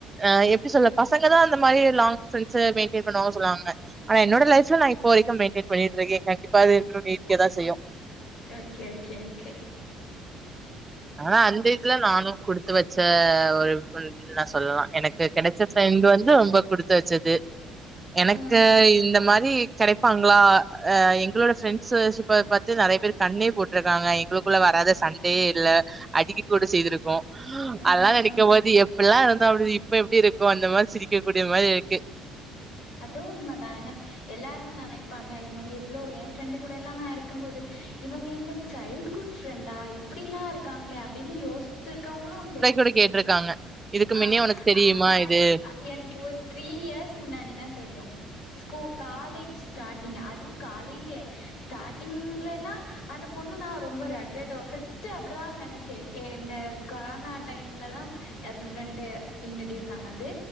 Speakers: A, on the right; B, on the left.
A: அ எப்டி சொல்ல பசங்கதா அந்த மாரி லாங் ஃபிரெண்ஸு மெய் டெய்ன் பண்ணுவாங்க சொல்லுவாங்க ஆனா என்னோட லைஃப்ல நா இப்ப வரைக்கும் மெய்ன்டெய்ன் பண்ணிட்ருக்கேங்க கண்டிப்பா அது எங்குளோடு இருக்கதா செய்யு
B: ஓகே ஓகே ஓகே
A: ஆ அந்த இதுல நானு குடுத்து வச்ச ஒரு பொன்னு ன்னா சொல்லலா எனக்கு கெடைச்ச ஃபிரெண்டு வந்து ரொம்ப குடுத்து வச்சது எனக்கு
B: ம்.
A: இந்த மாரி கெடைப்பாங்ளா அ எங்குளோட ஃபிரெண்ஸு ஸிப்ப பத்தி நெறைய பேரு கண்ணே போட்ருக்காங்க எங்ளு குள்ள வராதா சண்டயே இல்ல அடிக்க கூட செய்திருக்கோ
B: ம்,
A: அதலா
B: ம்,
A: நெனைக்கும்போது
B: ம்.
A: எப் புலா இருந்தோ அப்டி இப்ப எப்டி இருக்கோ அந்த மாரி சிரிக்க கூடிய மாரி இருக்கு
B: அதூ உண்மதா எனக் எல்லாரு நெனைப்பாங்க இவுங்க இவ்ளோ என் ஃபிரெண்டு கூடலா நா இருக்கும்போது இவங்க இந்த சைல்டுஹூட் ஃபிரெண்டா இப்டிலா இருக்காங்ளே அப்டின்னு யோசிர்க்கவ்ங்குளு உண்டு
A: இப்டி கேட்ருக்காங்க இதுக்கு
B: ஆ
A: முன்னே உனக்கு தெரியுமா
B: ஆனா
A: இது
B: எனக்கு ஒரு த்ரீ இயர்ஸ் முன்னாடிதா தெரியு ஸ்கூ காலேஜ் ஸ்டாடிங் அதுவு காலேஜு ஸ்டாடிங்லனா அந்த பொண்ணு நா ரொம்ப ரகடோ ஃபஸ் ட்டு அப்டிதா நெனச்சே இவ இந்த கொரனா டைம்லதா இந்த ஃபிரெண்டு இன்ட்ரடியூஸ் ஆனது